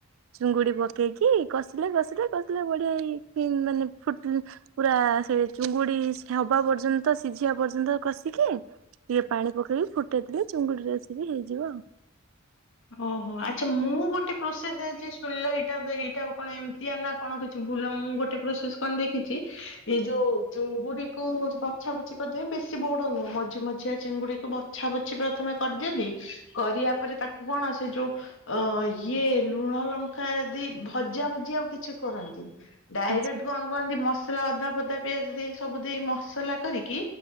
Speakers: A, on the right; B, on the left.
A: ଚିଙ୍ଗୁଡି ପ କି, କଷିଲେ କଷିଲେ କଷିଲେ, ବଢିଆ ହେଇ ମାନେ ଫୁଟ ପୁରା ସେ ଚୁଙ୍ଗୁଡି ହବା ପର୍ଯ୍ୟନ୍ତ, ସିଝିବା ପର୍ଯ୍ୟନ୍ତ କଷିକି ଟିକେ ପାଣି ପକେଇକି ଫୁଟେଇଲେ, ଚୁଙ୍ଗୁଡି ରେସିପି ହେଇଯିବ ଆଉ।
B: ଓହୋ, ଆଛା ମୁଁ ଗୋଟେ ପ୍ରୋସେସ୍ ଜାଇଚି ଶୁଣିଲ ଏଇଟା, ଏଇଟା କଣ ଏମିତିଆ ନା କଣ କିଛି ଭୁଲ୍, ମୁଁ ଗୋଟେ ପ୍ରସେସ୍ କଣ ଦେଖିଚି, ଏଇ ଯୋଉ ଚୁଙ୍ଗୁଡିକୁ ବଛା ବଛି କରିଦ ବେଶୀ ବଡ ନୁହଁ, ମଝି ମଝିଆ ଚିଙ୍ଗୁଡିକୁ ବଛା ବଛିି ପ୍ରଥମେ କରିଦିଅନ୍ତି, କରିବା ତାପରେ ତାକୁ କଣ? ସେ ଯଉ ଅ ଇଏ ଲୁଣ ଲଙ୍କା ଦି ଭଜା ଭଜି ଆଉ କିଛି କରନ୍ତିନି? ଡାଇରେକ୍ଟ
A: ଆଚ୍ଛା।
B: କଣ କହନ୍ତି, ମସଲା ଅଦା ପଦା ପିଆଜ ଦେଇ ସବୁ ଦେଇ ମସଲା କରିକି